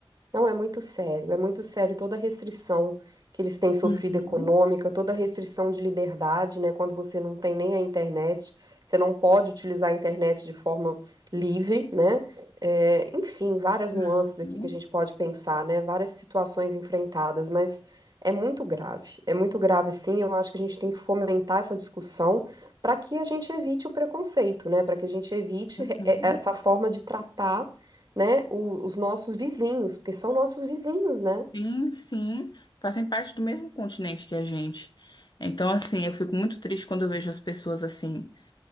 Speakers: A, on the right (about 45°); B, on the left (about 50°).
A: Não, é muito sério, é muito sério toda a restrição que eles têm sofrido
B: Uhum,
A: econômica, toda a restrição de liberdade, né? Quando você não tem nem a internet, você não pode utilizar a internet de forma livre, né? É, enfim, várias
B: uhum,
A: nuances aqui que a gente pode pensar, né? Várias situações enfrentadas, mas é muito grave, é muito grave sim. Eu acho que a gente tem que fomentar essa discussão para que a gente evite o preconceito, né? Para que a gente evite
B: uhum.
A: eh, essa forma de tratar né, o- os nossos vizinhos, porque são nossos vizinhos, né?
B: Sim, sim. Fazem parte do mesmo continente que a gente. Então, assim, eu fico muito triste quando eu vejo as pessoas assim.